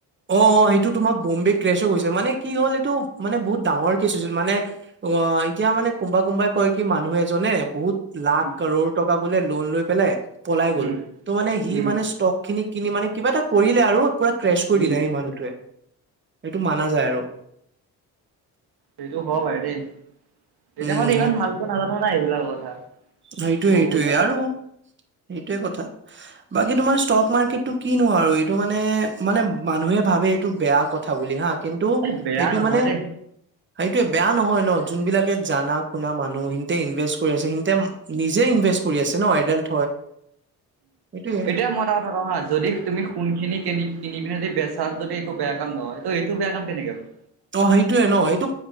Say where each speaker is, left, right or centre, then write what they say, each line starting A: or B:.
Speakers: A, on the right; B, on the right.
A: অ', অ', সেইটো তোমাৰ বম্বে ক্ৰেছহৈ গৈছে মানে কি হ'ল এইটো মানে বহুত ডাঙৰ কেছ হৈছিল মানে অ', এতিয়া মানে কোনোবা কোনবাই কয় কি মানুহ এজনে বহুত লাখ
B: উম
A: কৰৰ টকা বোলে লোন লৈ পেলাই পলাই গ'ল
B: উম
A: ত' মানে সি
B: উম
A: মানে ষ্টক খিনিক কিনি মানে কিবা এটা কৰিলে আৰু পুৰা ক্ৰেছ কৰি
B: উম
A: দিলে সেই মানুহটোৱে। সেইটো মানা যায়
B: উম
A: আৰু।
B: সেইটো হব পাৰে দেই, তেতিয়া
A: উম
B: মানে ইমান ভালকে নাজানো না এইবিলাক কথা।
A: সেইটোৱে
B: ত'
A: সেইটোৱে
B: ইমান
A: আৰু সেইটোয়ে কথা বাকী তোমাৰ ষ্টক মাৰ্কেটটো কিনো আৰু এইটো মানে মানে মানুহে ভাবে এইটো বেয়া কথা বুলি হা কিন্তু
B: এ বেয়া
A: এইটো
B: নহয়
A: মানে
B: দেই।
A: সেইটোয়ে বেয়া নহয় ন যোন বিলাকে জানা শুনা মানুহ সিহঁতে ইনভেষ্ট কৰি আছে সিহঁতে নিজে ইনভেষ্ট কৰি আছে ন এডাল্ট সেইটোয়ে
B: এতিয়া মই এটা কথা কওঁ হা যদি তুমি সোণখিনি কিনি কিনি পিনে যদি বেচা যদি একো বেয়া কাম নহয় এইটো বেয়া কাম কেনেকে হয়?
A: ত' সেইটোয়ে ন এইেটো